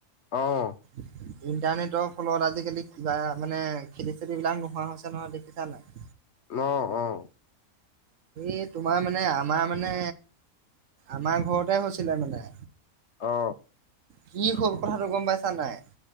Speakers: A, on the left; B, on the right.
A: অঁ
B: <inaudible> ইণ্টাৰনেটৰ ফলত আজিকালি কিবা মানে খেতি চেটি বিলাক নোহোৱা হৈছে নহয় দেখিছা নাই
A: অ অ
B: এই তোমাৰ মানে আমাৰ মানে আমাৰ ঘৰতে হৈছিলে মানে
A: অ
B: কি হল কথাতটো গম পাইছা নাই